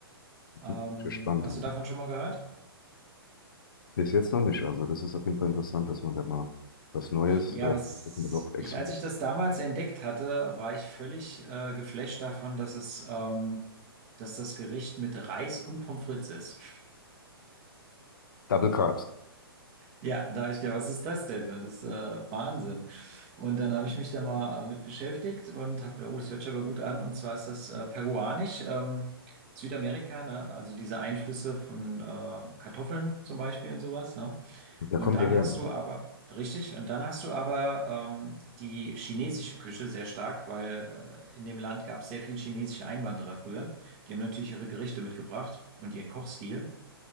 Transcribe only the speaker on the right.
Ähm,
hast
du davon schon mal gehört?
Ja,
was
ich, als
ich das damals entdeckt hatte, war ich völlig äh, geflasht davon, dass es, ähm, dass das Gericht mit Reis und Pommes frites ist.
Ja, da habe ich gedacht, was ist das denn? Das ist äh, Wahnsinn. Und dann habe ich mich da mal äh, mit beschäftigt und habe gedacht, oh, das hört sich aber gut an. Und zwar ist das äh, peruanisch, ähm, Südamerika, ne? Also diese Einflüsse von äh, Kartoffeln zum Beispiel und sowas, ne?
Und
dann
hast
du aber, richtig, und dann hast du aber ähm, die chinesische Küche sehr stark, weil äh, in dem Land gab es sehr viel chinesische Einwanderer früher. Die haben natürlich ihre Gerichte mitgebracht und ihren Kochstil.